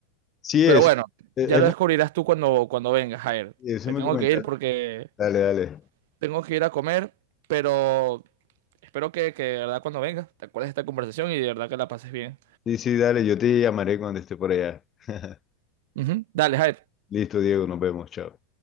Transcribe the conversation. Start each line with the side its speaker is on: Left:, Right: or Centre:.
Left: Sí,
Right: Pero
Left: es,
Right: bueno,
Left: es
Right: ya
Left: es
Right: lo
Left: lo
Right: descubrirás tú cuando, cuando vengas, Jair.
Left: que eso
Right: Me
Left: me
Right: tengo
Left: comentaron.
Right: que ir porque
Left: Dale, dale.
Right: tengo que ir a comer, pero espero que, que de verdad cuando vengas te acuerdes de esta conversación y de verdad que la pases bien.
Left: Sí, sí, dale, yo te llamaré cuando esté por allá. <laughs>
Right: Ujú. Dale, Jair.
Left: Listo, Diego, nos vemos, chao.